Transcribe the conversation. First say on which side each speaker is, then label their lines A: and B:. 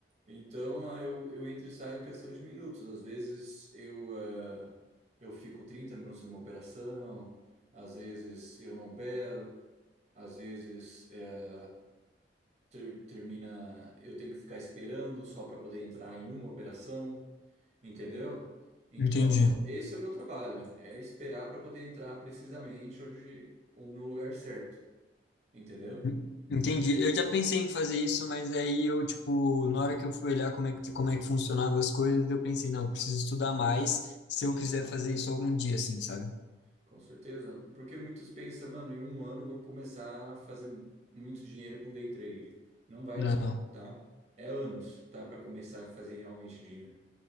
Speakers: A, on the right (about 40°); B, on the left (about 65°).
A: Então, ah, eu, eu entro e saio em questão de minutos. Às vezes eu, eh, eu fico 30 minutos numa operação, às vezes eu não opero, às vezes eh, ter- termina, eu tenho que ficar esperando só para poder entrar em uma operação, entendeu? Então,
B: Entendi.
A: esse é o meu trabalho, é esperar para poder entrar precisamente onde, no lugar certo, entendeu?
B: En- Entendi. Eu já pensei em fazer isso, mas aí eu tipo, na hora que eu fui olhar como é que como é que funcionava as coisas, eu pensei, não, eu preciso estudar mais se eu quiser fazer isso algum dia assim, sabe?
A: Com certeza, porque muitos pensam, mano, em um ano eu vou começar a fazer muito dinheiro com day trade. Não vai
B: Não.
A: não, tá? É anos, tá? Para começar a fazer realmente dinheiro,